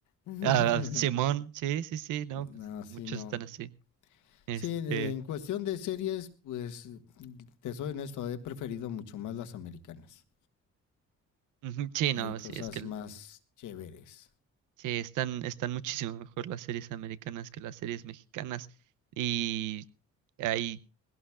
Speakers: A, on the left; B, on the right.
A: <laughs>
B: Ah, Simón, sí, sí, sí, no,
A: No,
B: pues
A: sí,
B: muchos
A: no.
B: están así. Este,
A: Sí, de- en cuestión de series, pues te soy honesto, he preferido mucho más las americanas.
B: ujú, sí,
A: Hay
B: no,
A: cosas
B: sí, es que el-
A: más chéveres.
B: sí, están, están muchísimo mejor las series americanas que las series mexicanas. Y hay